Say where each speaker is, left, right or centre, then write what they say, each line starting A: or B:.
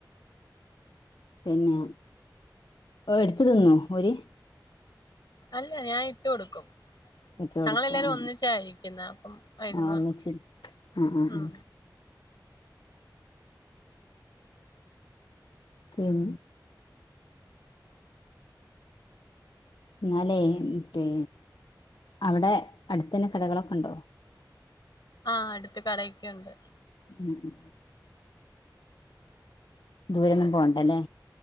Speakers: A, on the left; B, on the left.
A: പിന്നെ എട്ത്ത് തിന്നോ ഓര്
B: അല്ല ഞാൻ ഇട്ട് കൊടുക്കും
A: ഇട്ട് കൊടുക്കും
B: ഞങ്ങളെല്ലാരും ഒന്നിച്ച കഴിക്കുന്നെ അപ്പം ഇര്ന്ന്
A: ആ ഒന്നിച്ച് ആ ആ
B: ഉം
A: ആ പിം ന്നാലേ പിന്നെ അവടെ അടുത്തെന്നെ കടാളൊക്കെണ്ടോ
B: ആ അടുത്ത് കടയൊക്കെണ്ട്
A: ആ ആ ദൂരൊന്നും പോണ്ടലെ